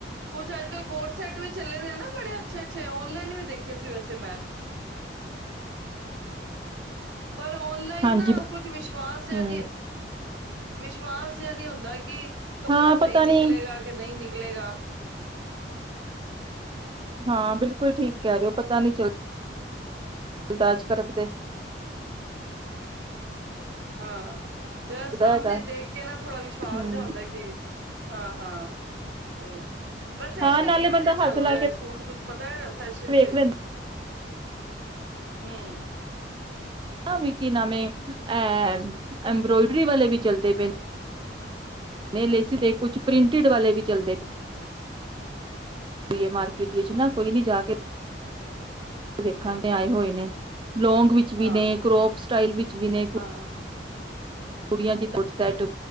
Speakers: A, on the right; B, on the right.
A: ਕੁਛ ਅੱਜ-ਕੱਲ ਕੋਡ ਸੈਟ ਵੀ ਚਲੇ ਨੇ ਨਾ ਬੜੇ ਅੱਛੇ ਅੱਛੇ ਔਨਲਾਈਨ ਵੀ ਦੇਖੇ ਸੀ ਵੈਸੇ ਮੈਂ। ਪਰ ਔਨਲਾਈਨ
B: ਹਾਂਜੀ
A: ਨਾ ਕੁਜ ਵਿਸ਼ਵਾਸ ਜੇਆ
B: ਹੂੰ
A: ਨੀ ਵਿਸ਼ਵਾਸ ਜਿਆ ਨਈਂ ਉਂਦਾ ਕਿ ਕੱਪੜਾ
B: ਹਾਂ
A: ਸਈ
B: ਪਤਾ
A: ਨਿਕਲੇਗਾ
B: ਨੀ
A: ਕੇ ਨਈਂ ਨਿਕ ਨਿਕਲੇਗਾ।
B: ਹਾਂ, ਬਿਲਕੁਲ ਠੀਕ ਕੈ ਰੇਓ ਪਤਾ ਨੀ ਚੱਲ, ਚੱਲਦਾ ਅੱਜਕਲ ਤੇ।
A: ਹਾਂ, ਜਦ ਸਾਮਣੇ
B: ਹੈਗਾ
A: ਦੇਕ ਕੇ ਨਾ ਥੋੜ੍ਹਾ ਵਿਸ਼ਵਾਸ
B: ਹੂੰ
A: ਜੇਆ ਹੁੰਦਾ ਕਿ, ਹਾਂ, ਹਾਂ। ਤੇ, ਵੈਸੇ
B: ਹਾਂ
A: ਅੱਜ ਕੱਲ
B: ਨਾਲੇ
A: ਕਿਵੇਂ
B: ਬੰਦਾ
A: ਦੇ ਚੱਲ
B: ਹੱਥ ਲਾ
A: ਰਏ
B: ਕੇ
A: ਆ ਸੂਟ ਕੁੱਝ ਪਤਾ ਫੈਸ਼ਨ ਚ।
B: ਵੇਖ ਲੈਂਦਾ
A: ਹੂੰ।
B: ਆ ਵੀ ਕੀ ਨਵੇਂ, ਐ, ਐਂਬਰੋਏਡਰੀ ਵਾਲੇ ਵੀ। ਚਲਦੇ ਪਏ ਨ ਨਈਂ ਲੇ ਸੀ ਤੇ ਕੁਛ ਪ੍ਰਿੰਟੀਢ ਵਾਲੇ ਵੀ ਚੱਲਦੇ ਵੀ ਮਾਰਕੀਟ ਵਿਚ ਨਾ ਕੋਈ ਵੀ ਜਾ ਕੇ। ਦੇਖਣ ਦੇ ਆਏ ਹੋਏ ਨੇ। ਲੌਂਗ ਵਿੱਚ ਵੀ
A: ਹਾਂ,
B: ਨੇ, ਕਰੋਪ ਸਟਾਈਲ ਵਿੱਚ ਵੀ ਨੇ
A: ਹਾਂ,
B: ਕੁੜੀਆਂ ਦੀ ਕੁਡ ਸੈਟ,